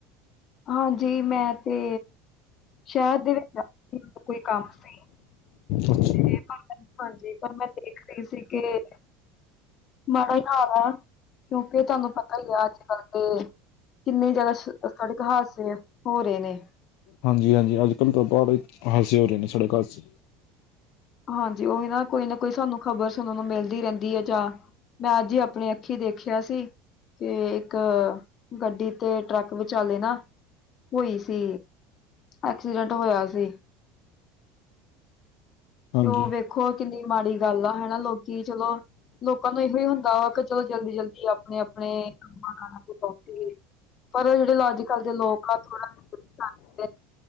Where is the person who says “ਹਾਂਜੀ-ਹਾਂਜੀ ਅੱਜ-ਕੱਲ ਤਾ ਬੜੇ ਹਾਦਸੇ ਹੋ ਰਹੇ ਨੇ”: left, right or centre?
Left